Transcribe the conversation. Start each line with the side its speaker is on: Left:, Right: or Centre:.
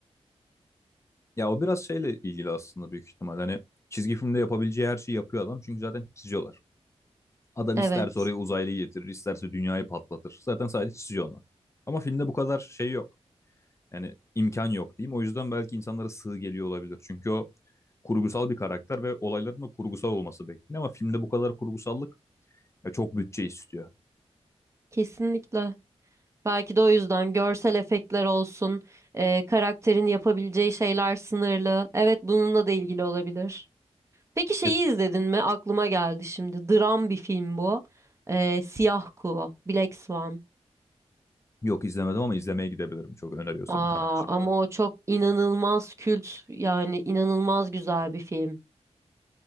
Left: Ya o biraz şeyle ilgili aslında büyük ihtimal. Hani çizgi filmde yapabileceği her şeyi yapıyor adam çünkü zaten çiziyorlar. Adam
Right: Evet,
Left: isterse oraya uzaylıyı getirir, isterse dünyayı patlatır. Zaten sadece çiziyor ona. Ama filmde bu kadar şey yok. Yani imkan yok diyeyim. O yüzden belki insanlara sığ geliyor olabilir. Çünkü o kurgusal bir karakter ve olayların da kurgusal olması bekleniyor ama filmde bu kadar kurgusallık ya çok bütçe istiyor.
Right: kesinlikle. Belki de o yüzden görsel efektler olsun, e, karakterin yapabileceği şeyler sınırlı. Evet, bununla da ilgili olabilir. Peki şeyi
Left: E,
Right: izledin mi? Aklıma geldi şimdi. Dram bir film bu. E, Siyah Kuğu, Black Swan.
Left: yok izlemedim ama izlemeye gidebilirim çok öneriyorsan
Right: Aa,
Left: hemen şimdi.
Right: ama o çok inanılmaz kült yani inanılmaz güzel bir film.